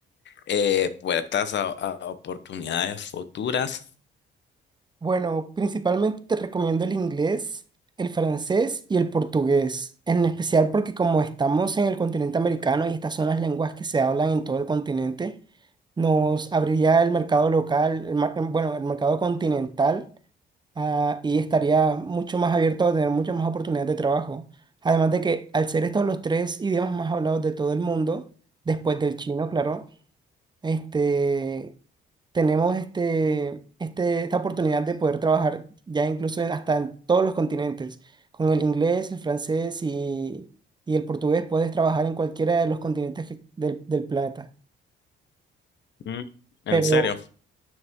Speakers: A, on the left; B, on the right.
A: eh, puertas a, a oportunidades futuras.
B: Bueno, principalmente te recomiendo el inglés, el francés y el portugués, en especial porque como estamos en el continente americano y estas son las lenguas que se hablan en todo el continente, nos abriría el mercado local, el mar- bueno, el mercado continental, ah, y estaría mucho más abierto a tener muchas más oportunidades de trabajo. Además de que al ser estos los tres idiomas más hablados de todo el mundo, después del chino, claro, este... tenemos este, este, esta oportunidad de poder trabajar ya incluso en- hasta en todos los continentes. Con el inglés, el francés y, y el portugués puedes trabajar en cualquiera de los continentes que- del, del planeta.
A: Mm, En
B: Pero
A: serio,